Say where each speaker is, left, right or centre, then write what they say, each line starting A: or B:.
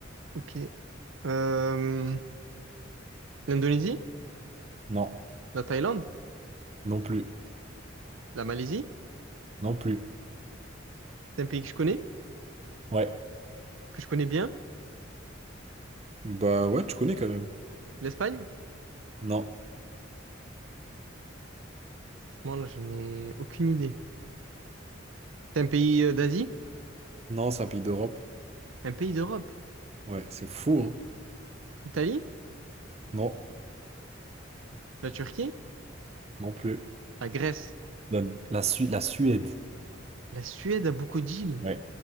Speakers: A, on the right (about 80°); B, on the right (about 35°).
A: ok. Euh, l'Indonésie,
B: Non.
A: la Thaïlande,
B: Non plus.
A: la Malaisie,
B: Non plus.
A: c'est un pays que je connais,
B: Ouais.
A: que je connais bien.
B: Bah ouais, tu connais quand même.
A: L'Espagne,
B: Non,
A: franchement, là, je n'ai aucune idée. C'est un pays euh, d'Asie,
B: non, c'est un pays d'Europe.
A: un pays d'Europe.
B: Ouais, c'est fou, hein.
A: Italie,
B: Non,
A: la Turquie,
B: non plus.
A: la Grèce,
B: La, la Su- la Suède,
A: la Suède a beaucoup d'îles.
B: Ouais.